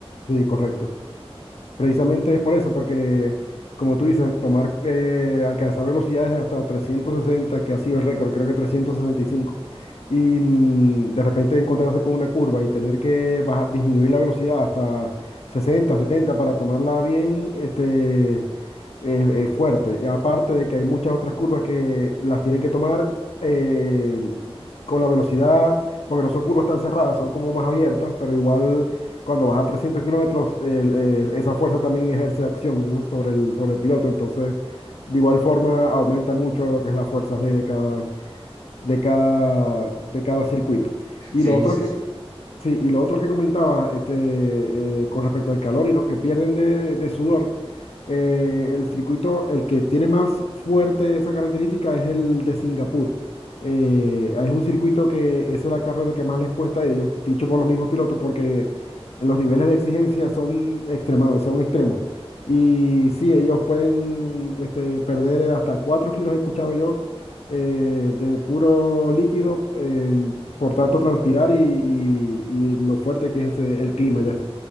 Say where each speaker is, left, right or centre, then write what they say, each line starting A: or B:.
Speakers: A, on the left; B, on the left.
A: sí, correcto. Precisamente es por eso, porque como tú dices, tomar, eh, alcanzar velocidades de hasta 360, que ha sido el récord, creo que trescientos sesenta y cinco, y mm, de repente encontrarse con una curva y tener que baja- disminuir la velocidad hasta 60, 70 para tomarla bien, este, eh, eh, fuerte. Y aparte de que hay muchas otras curvas que las tienen que tomar eh, con la velocidad, porque no son curvas tan cerradas, son como más abiertas, pero igual cuando vas a 300 kilómetros, el, eh, esa fuerza también ejerce acción, ¿no? sobre el, sobre el piloto. Entonces, de igual forma, aumenta mucho lo que es la fuerza G de cada, de cada, de cada circuito. Y
B: Sí,
A: lo otro,
B: sí,
A: que-
B: sí.
A: Sí, y lo otro que comentaba este, eh, con respecto al calor y lo que pierden de, de sudor, eh, el circuito, el que tiene más fuerte esa característica es el de Singapur. Eh, es un circuito que esa es la carrera que más les cuesta a ellos, dicho por los mismos pilotos, porque los niveles de exigencia son extremados, son extremos. Y sí, ellos pueden este, perder hasta 4 kilos, he escuchado yo, eh, de puro líquido, en- por tanto transpirar y, y- y lo fuerte que es ese- el clima ya.